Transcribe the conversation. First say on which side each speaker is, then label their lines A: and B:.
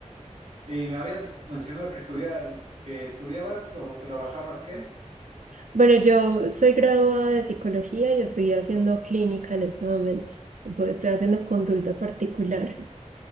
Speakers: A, on the right; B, on the right.
A: Y me habías mencionado que estudia, que estudiabas o trabajabas, ¿qué?
B: Bueno, yo soy graduada de psicología y estoy haciendo clínica en este momento. Pues estoy haciendo consulta particular.